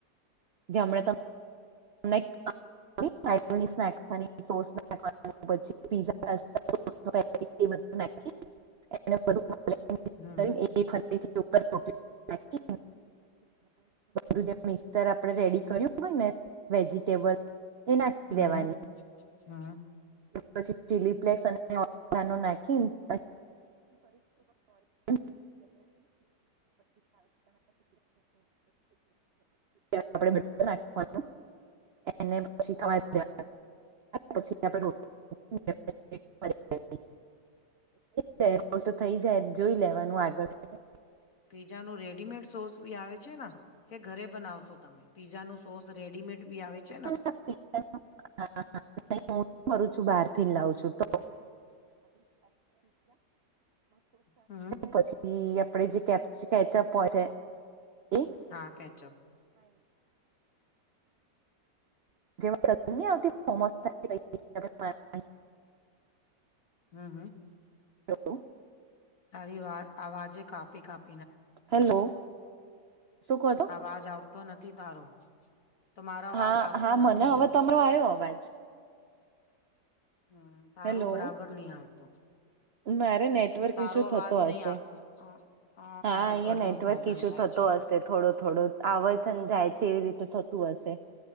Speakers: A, on the right; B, on the left.
A: જે એમના તમે સો પછ પ <unintelligible> ને <unintelligible> ફરીથી
B: હમ હમ
A: ઉપરટ <unintelligible> બધું મિક્સર આપડે રેડી કર્યું હોય ને વેજીિટેબલ એ નાખી
B: હમ
A: દેવાની
B: હમ હમ
A: પછી ચીલી ફ્લેસ અને ઓરિગેનો નાખીને <unintelligible> <unintelligible> આપે <unintelligible> એને પછી તમારેે પછી આપ <unintelligible> <unintelligible> થ જ થઈ જાય જોઈ લેવાનું આગળ હા
B: પીઝા ન રેડીમેડ સોસ ભી આવે છે? કે ઘરે બનાવશો તમે પીઝા ન સોસ રેડીમેડ બી આવે છે ને.
A: હા <unintelligible> કરું છું બાર થી લાવું છું <unintelligible> <unintelligible>
B: હમ
A: પછી આપે જે કેચઅપ હોય છે. એ
B: હા કેચઅપ
A: જે આવતી ફ <unintelligible> એ <unintelligible>
B: હમ હમ
A: હલો
B: તારી વા આવાજે કાપી કાપી
A: હેલો શું કહતો
B: અવાજ આવતો નથી તારો તો મારો અવાજ
A: હા
B: આવતો
A: હા
B: નથી.
A: મને હવે તમારો આવ્યો અવાજ.
B: હમ તારો
A: હેલો
B: બરાબર નહી આવતો.
A: મારે નેટવર્ક
B: તારો
A: ઇસુ થતો
B: અવાજ નહી
A: હશે
B: આવતો હ
A: હા અહીં નેટ
B: નો
A: નેટવર્ક
B: પ્રોબ્લેમ
A: ઈશુ
B: થાય
A: થતો
B: છે
A: હશે થોડો થોડો આવરજન જાય છે એવી રીતે થતું હશે.